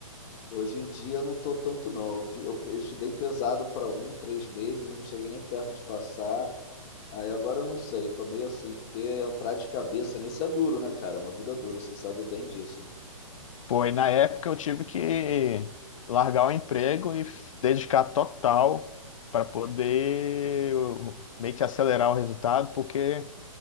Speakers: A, on the left; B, on the left.
A: Hoje em dia eu não tô tanto não. Eu, fi- eu, eu estudei pesado para um, três meses, não cheguei nem perto de passar. Aí agora eu não sei, tô meio assim, porque entrar de cabeça nisso é duro, né, cara? É uma vida dura, você sabe bem disso.
B: Foi, na época eu tive que largar o emprego e f- dedicar total para poder eu, meio que acelerar o resultado, porque